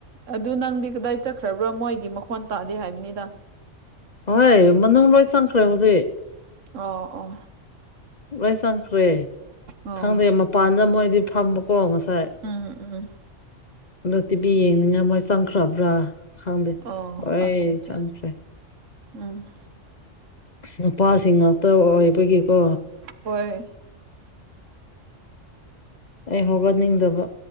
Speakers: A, on the right (about 85°); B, on the left (about 40°).
A: ꯑꯗꯣ ꯅꯪꯗꯤ ꯀꯗꯥꯏ ꯆꯠꯈ꯭ꯔꯕ꯭ꯔ ꯃꯣꯏꯒꯤ ꯃꯈꯣꯟ ꯇꯥꯗꯦ ꯍꯥꯏꯕꯅꯤꯗ
B: ꯑꯍꯣꯏ ꯃꯅꯨꯡ ꯂꯣꯏ ꯆꯪꯈ꯭ꯔꯦ ꯍꯧꯖꯤꯛ
A: ꯑꯣ ꯑꯣ
B: ꯂꯣꯏ ꯆꯪꯈ꯭ꯔꯦ
A: ꯑꯣ
B: ꯈꯪꯗꯦ ꯃꯄꯥꯟꯗ ꯃꯣꯏꯗꯤ ꯐꯝꯕꯀꯣ ꯉꯁꯥꯏ
A: ꯎꯝ ꯎꯝ
B: ꯑꯗꯣ ꯇꯤꯚꯤ ꯌꯦꯡꯅꯤꯡꯉꯥꯏ ꯃꯣꯏ ꯆꯪꯈ꯭ꯔꯕ꯭ꯔꯥ ꯈꯪꯗꯦ
A: ꯑꯣ
B: ꯂꯣꯏ
A: ꯑꯠꯆꯥ ꯑꯠꯆꯥ
B: ꯆꯪꯈ꯭ꯔꯦ
A: ꯎꯝ
B: ꯅꯨꯄꯥꯁꯤꯡ ꯉꯥꯛꯇ ꯑꯣꯏꯕꯒꯤꯀꯣ
A: ꯍꯣꯏ
B: ꯑꯩ ꯍꯧꯒꯠꯅꯤꯡꯗꯕ